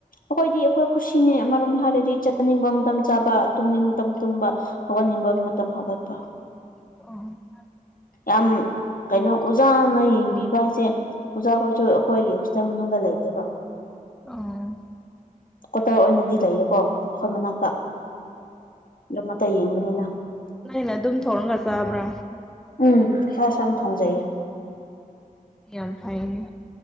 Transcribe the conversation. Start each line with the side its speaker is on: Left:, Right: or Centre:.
Left: ꯑꯩꯈꯣꯏꯗꯤ ꯑꯩꯈꯣꯏ ꯈꯨꯁꯤꯅꯦ ꯑꯃꯔꯣꯝꯗ ꯍꯥꯏꯔꯗꯤ ꯆꯥꯅꯤꯡꯕ ꯃꯇꯝ ꯆꯥꯕ ꯇꯨꯝꯅꯤꯡ ꯃꯇꯝ ꯇꯨꯡꯕ ꯍꯧꯒꯠꯅꯤꯡꯕ ꯃꯇꯝ ꯍꯧꯒꯠꯄ
Centre: <unintelligible>
Left: ꯌꯥꯝ ꯀꯩꯅꯣ ꯑꯣꯖꯥꯅ ꯌꯦꯡꯕꯤꯕ ꯍꯥꯏꯁꯦ ꯑꯣꯖꯥꯈꯣꯏꯁꯨ ꯑꯈꯣꯏꯒꯤ ꯍꯣꯁꯇꯦꯜ ꯃꯅꯨꯡꯗ ꯂꯩꯇꯦꯕ
Centre: ꯑꯣ
Left: ꯀꯣꯇꯔ ꯑꯣꯏꯅꯗꯤ ꯂꯩꯌꯦꯀꯣ ꯑꯈꯣꯏ ꯃꯅꯥꯛꯇ ꯑꯗꯨꯝ ꯑꯇꯩ ꯌꯦꯡꯕꯅꯤꯗ
Centre: ꯅ ꯑꯩꯅ ꯑꯗꯨꯝ ꯊꯧꯝꯒ ꯆꯥꯕ꯭ꯔꯥ
Left: ꯎꯝ ꯏꯁꯥ ꯏꯁꯥꯅ ꯊꯣꯡꯖꯩꯌꯦ
Centre: ꯌꯥꯝ ꯌꯥꯝꯅ ꯐꯥꯏꯅꯦ